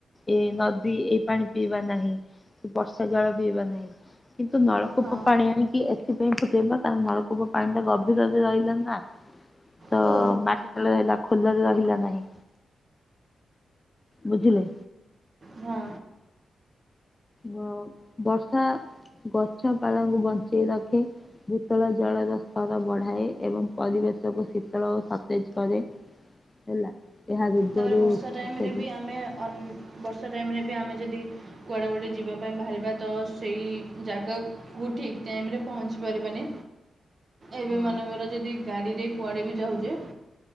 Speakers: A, on the left; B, on the right.
A: ଏ ନଦୀ ଏ ପାଣି ପିଇବା ନାହିଁ କି ବର୍ଷା ଜଳ ପିଇବା ନାହିଁ। କିନ୍ତୁ ନଳକୂପ
B: ହଁ
A: ପାଣି ଆଣିକି ଏଥିପାଇଁ ଫୁଟେଇବା କାରଣ ନଳକୂପ ପାଣି ଟା ଗଭୀରରେ ରହିଲା ନା। ତ
B: ହୋ
A: ମାଟି ତଳେ ରହିଲା ଖୋଲାରେ ରହିଲା ନାହିଁ। ବୁଝିଲେ?
B: ହଁ।
A: ବ-ବର୍ଷା ଗଛପାଳଙ୍କୁ ବଞ୍ଚେଇ ରଖେ। ଭୂତଳ ଜଳର ସ୍ତର ବଢାଏ ଏବଂ ପରିବେଶକୁ ଶୀତଳ ଓ ସତେଜ୍ କରେ। ହେଲା। ଏହା ରୋଗରୁ
B: ତାପରେ ବର୍ଷା
A: ସୁରକ୍ଷା
B: ଟାଇମ୍ ରେ
A: ଦିଏ।
B: ବି ଆମେ ଅମ୍ ବର୍ଷା ଟାଇମ୍ ରେ ବି ଆମେ ଯଦି କୁଆଡେ ଗୋଟେ ଯିବା ପାଇଁ ବାହାରିବା ତ ସେଇ ଜାଗାକୁ କୁ ଠିକ୍ ଟାଇମ୍ ରେ ପହଞ୍ଚି ପାରିବାନି। ଏବେ
A: ହଁ।
B: ମନେକର ଯଦି ଗାଡିରେ କୁଆଡେ ବି ଯାଉଚେ